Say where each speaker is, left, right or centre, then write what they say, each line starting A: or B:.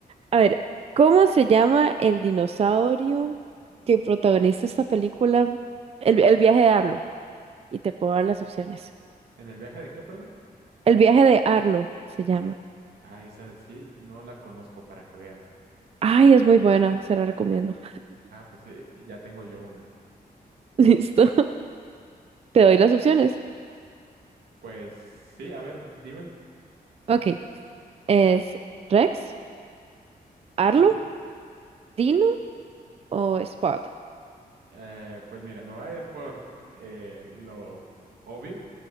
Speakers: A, on the right (about 40°); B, on the right (about 80°).
A: A ver, ¿cómo se llama el dinosaurio que protagoniza esta película? El, el viaje de Arlo. Y te puedo dar las opciones.
B: ¿En el viaje de qué, perdón?
A: El viaje de Arlo se llama.
B: Ah, esa sí, no la conozco para que veas.
A: Ay, es muy buena, se la recomiendo.
B: Ah, pues sí, ya tengo yo una.
A: <laughs> Listo. Te doy las opciones.
B: Pues sí, a ver, dímela.
A: Ok. ¿Es Rex, Arlo,
B: Ajá.
A: Dino o Spot?
B: Eh, pues mira, me voy a ir por eh, lo obvio